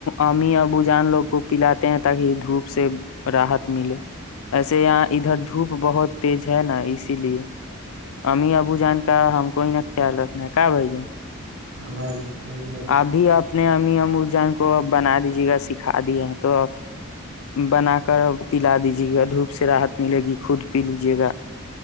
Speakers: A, on the left (about 70°); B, on the right (about 70°).
A: امی ابو جان لوگ کو پلاتے ہیں تاکہ دھوپ سے راحت ملے ایسے یہاں ادھر دھوپ بہت تیز ہے نا اسی لیے امی ابو جان کا ہم کوئی نہ خیال رکھنا ہے کیا بھ جن
B: ہاں بھائی جان صحیح کہہ رہے ہیں
A: ابھی آپ نے ام م کو ا بنا دیجے گا سکھا دیا ہے تو بنا کر پلا دیجے گا دھوپ سے رحت ملے گی خود پی لیجیے گا